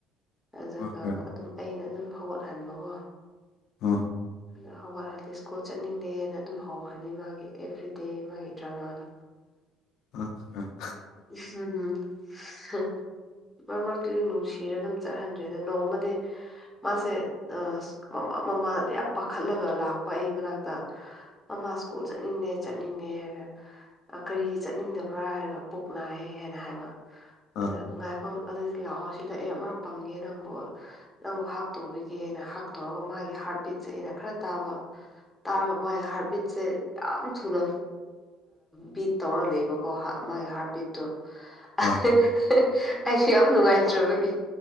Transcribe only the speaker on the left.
ꯑꯣꯀꯦ
ꯑꯥ
ꯑ <inaudible>
ꯑꯥ
ꯑꯥ